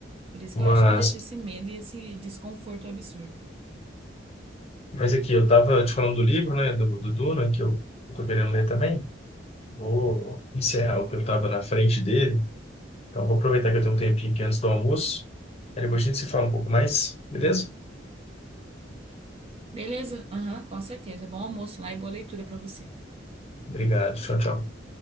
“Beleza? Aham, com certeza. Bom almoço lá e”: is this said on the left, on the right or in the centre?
Right